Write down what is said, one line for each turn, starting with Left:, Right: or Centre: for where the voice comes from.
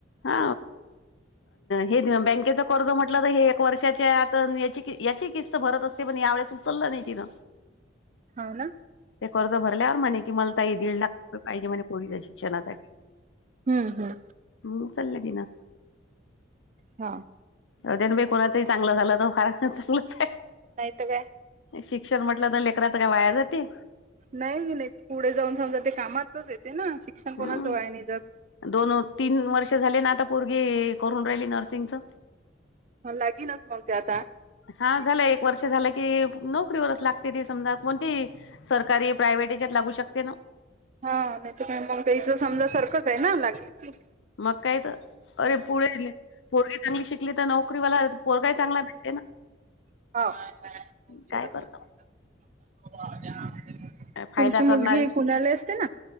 Left: हा हे बँकेच कर्ज म्हटलं तर हे एक वर्षाच्या आता याची याची किस्त भरत असते पण यावेेळेस उचललं नाही तिं
Right: होा ना
Left: ते कर्ज भरल्यावर म्हणे कि मला त दीड लाख रुपये पाहिजे म्ह पढच्या शिक्षणासाठी
Right: हम्म हम्म
Left: म चाल्या त ना
Right: हा
Left: उदयनबाई कोणाचंही चांगलं झालं तर फार चांगलंच आहे
Right: नाहीतवे
Left: शिक्षण म्हटलं तर लेकराचं काय वाया जाते
Right: नाही नाही पुढे जाऊन समजा ते कामातच येते ना शिक्षण
Left: हम्म.
Right: कोणाचं वय नाही जात
Left: दोन तीन वर्ष झाले ना आता पूर्गी करून राहिली नर्सिंगचं
Right: मण लागेनच मग ते आता
Left: हा झालं एक वर्ष झालं की नोकरीवरच लागते ती समजा कोणती सरकारी प्रायव्हेट याच्यात लागू शकते ना
Right: हा नाही तर मग त्या इचं समजा सारखंच आहे ना लागली क
Left: मग काही तर अरे पुढे पोरग चांगली शिकली तर नोकरीवाला पोरगाही चांगला भेटते ना
Right: हो
Left: काय करतो फायदा
Right: तुमची मुलगी
Left: करणारी
Right: पुण्याला असते ना